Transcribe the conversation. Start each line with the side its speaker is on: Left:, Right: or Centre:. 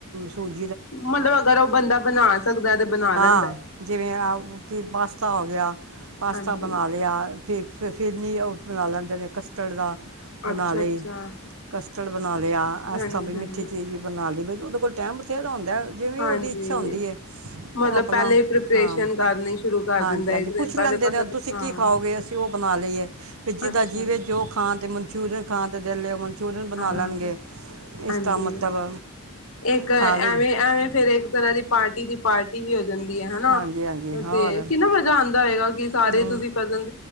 Right: ਸੂਜ਼ੀ
Left: ਮਤਲਬ ਅਗਰ ਉਹ ਬੰਦਾ ਬਣਾ ਸਕਦਾ ਤੇ ਬਣਾ ਲੈਂਦਾ
Right: ਹਾਂ
Left: ਹੈ।
Right: ਜਿਵੇਂ ਕਿ ਪਾਸਤਾ ਹੋ ਗਿਆ। ਪਾਸਤਾ
Left: ਹਾਂਜੀ
Right: ਬਣਾ ਲਿਆ ਫੇਰ ਫਿਰ ਨੀ ਉਹ ਬਣਾ ਲੈਂਦੇ ਨੇ ਕਸਟਰਡ ਦਾ ਬਣਾ
Left: ਅੱਛਾ
Right: ਲਈ
Left: ਅੱਛਾ।
Right: ਕਸਟਡ ਬਣਾ ਲਿਆ
Left: ਹਾਂਜੀ
Right: ਐਸ ਤਾਂ ਮਿੱਠੀ
Left: ਹਾਂਜੀ
Right: ਚੀਜ਼ ਵੀ ਬਣਾ ਲਈ ਬਈ ਉਹਦੇ ਕੋਲ ਟੈਮ ਬਥੇਰਾ ਹੁੰਦਾ। ਜਿਵੇਂ
Left: ਹਾਂਜੀ
Right: ਉਹਦੀ ਇੱਛਾ ਹੁੰਦੀ ਹੈ।
Left: ਮਤਲਬ
Right: ਉਹ ਆਪਣਾ
Left: ਪਹਿਲੇ ਹੀ ਪ੍ਰੀਪਰੇਸ਼ਨ
Right: ਹਾਂ
Left: ਕਰਨੀ ਸ਼ੁਰੂ ਕਰ
Right: ਹਾਂਜੀ
Left: ਦਿੰਦਾ
Right: ਹਾਂਜੀ
Left: ਇੱਕ ਦਿਨ
Right: ਪੁੱਛ
Left: ਪਹਿਲੇ
Right: ਲੈਂਦੇ
Left: ਪਤਾ
Right: ਨੇ ਤੁਸੀਂ
Left: ਹਾਂ
Right: ਕੀ ਖਾਓਗੇ ਉਹ ਬਣਾ ਲਈਏ ਫਿਰ ਜਿਦਾ
Left: ਅੱਛਾ
Right: ਜੀਵੇ ਜੋ ਖਾਣ ਤੇ ਮਨਚੂਰੀਅਨ ਖਾਂ ਦੇ ਦਿਲ ਉਹ ਮਨਚੂਰੀਅਨ ਬਣਾ
Left: ਹਾਂ
Right: ਲੈਣਗੇ
Left: ਹਾਂਜੀ
Right: ਇਸਦਾ ਮਤਲਬ
Left: ਇੱਕ ਐਵੇਂ
Right: ਖਾ ਲਈ
Left: ਐਵੇਂ ਫੇਰ ਇੱਕ ਤਰ੍ਹਾਂ ਦੀ ਪਾਰਟੀ ਦੀ ਪਾਰਟੀ ਵੀ ਹੋ ਜਾਂਦੀ ਹੈ ਹਨਾ।
Right: ਹਾਂਜੀ ਹਾਂਜੀ ਹੋਰ
Left: ਤੇ ਕਿੰਨਾ ਮਜ਼ਾ ਆਦਾ ਹੈਗਾ ਕਿ ਸਾਰੇ
Right: ਹੂੰ
Left: ਤੁਸੀਂ ਕਜ਼ਨ